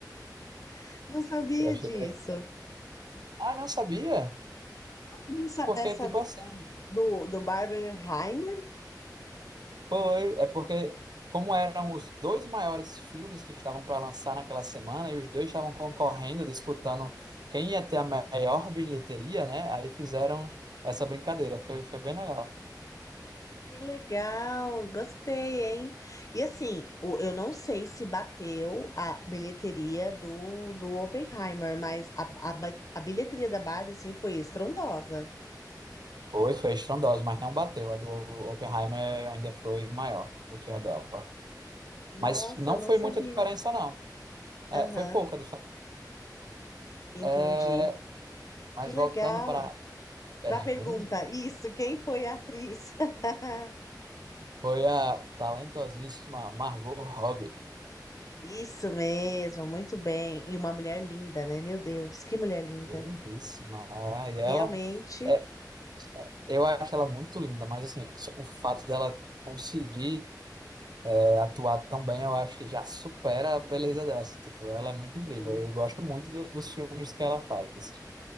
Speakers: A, on the left; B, on the right.
A: <laughs> não sabia
B: Eu achei
A: disso.
B: legal. Ah, não sabia?
A: Nessa-
B: Porque,
A: Dessa
B: tipo
A: do,
B: assim,
A: do, do Barbenheimer
B: foi, é porque, como eram os dois maiores filmes que estavam para lançar naquela semana, e os dois estavam concorrendo, disputando quem ia ter a maior bilheteria, né? Aí fizeram essa brincadeira. Foi, foi bem legal.
A: Que legal, gostei, hein? E assim, o- eu não sei se bateu a bilheteria do, do Oppenheimer, mas a, a, ba- a bilheteria da Barbie, assim, foi estrondosa.
B: Foi, foi estrondosa, mas não bateu. A do Oppenheimer ainda foi maior do que a dela.
A: Nossa,
B: Mas não
A: não
B: foi
A: sabia.
B: muita diferença, não. É,
A: Aham,
B: foi pouca diferença.
A: entendi.
B: É,
A: Que
B: mas
A: legal.
B: voltando para a pergunta,
A: Pra pergunta, isso, quem foi a atriz? <laughs>
B: foi a talentosíssima Margot Robbie.
A: Isso mesmo, muito bem. E uma mulher linda, né? Meu Deus, que mulher linda.
B: Lindíssima. Ah, e ela,
A: Realmente,
B: é, eu acho ela muito linda, mas assim, só o fato dela conseguir é, atuar tão bem, eu acho que já supera a beleza dela. assim, Tipo, ela é muito incrível.
A: sim.
B: Eu gosto muito do- dos filmes que ela faz.